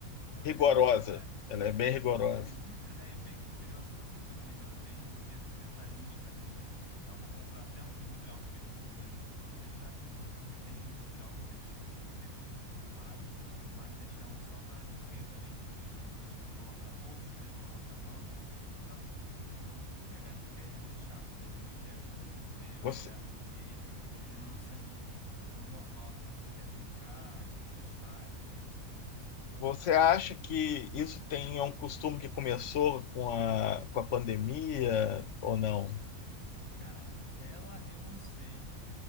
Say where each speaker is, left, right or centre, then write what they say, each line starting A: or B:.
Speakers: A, on the left; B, on the left.
A: Ela,
B: Rigorosa.
A: ela, ela é
B: Ela é bem
A: bem
B: rigorosa.
A: coru- coruja, né? E bem criteriosa com essas coisas mesmo, ela é bem de- detalhista, né? Eu vou comprar até um vidro de álcool que a gente viu ali para poder deixar aqui. É, Tem um vidro de álcool deles de perfu- perfumado, mas deixar um só para limpeza mesmo de, de coisas que ele coloca na boca, que ele coloca a mão, para não, não não pegar, né? Porque é chato, ver ele doente é muito ruim. Ver
B: Você,
A: o olharzinho dele, ele não sendo o normal dele, que é brincar, conversar, enfim.
B: Você acha que isso tem é um costume que começou com a, com a pandemia ou não?
A: Cara, ela eu não sei.